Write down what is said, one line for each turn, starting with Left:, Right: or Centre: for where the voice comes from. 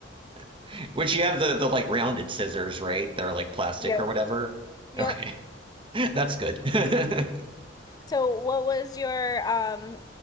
Right: <laughs> Which you have the the like rounded scissors, right? They're like plastic
Left: Yep.
Right: or whatever.
Left: Yep.
Right: Okay. <laughs> That's good. <laughs>
Left: So, what was your um